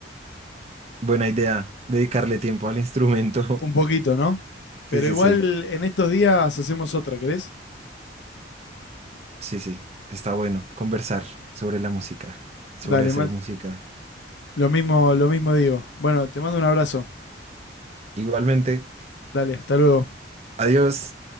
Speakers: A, on the right; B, on the left.
A: Buena idea, dedicarle tiempo al instrumento.
B: Un
A: <laughs>
B: poquito, ¿no?
A: Sí,
B: Pero
A: sí,
B: igual
A: sí,
B: en estos días hacemos otra, ¿querés?
A: sí, sí, está bueno conversar sobre la música, sobre
B: Dale,
A: hacer
B: Mati.
A: música.
B: Lo mismo, lo mismo digo. Bueno, te mando un abrazo.
A: Igualmente,
B: Dale, hasta luego.
A: adiós.